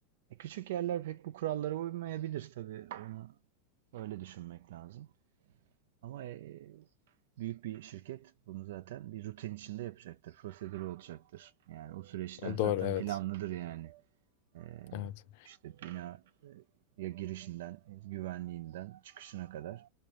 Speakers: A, on the right (about 75°); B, on the left (about 60°).
A: E, küçük yerler pek bu kurallara uymayabilir tabii. Onu öyle düşünmek lazım. Ama e, büyük bir şirket bunu zaten bir rutin içinde yapacaktır. Prosedürü olacaktır. Yani o süreçler zaten
B: Doğru evet.
A: planlıdır yani. Ee,
B: Evet.
A: işte bina e, ya girişinden, güvenliğinden çıkışına kadar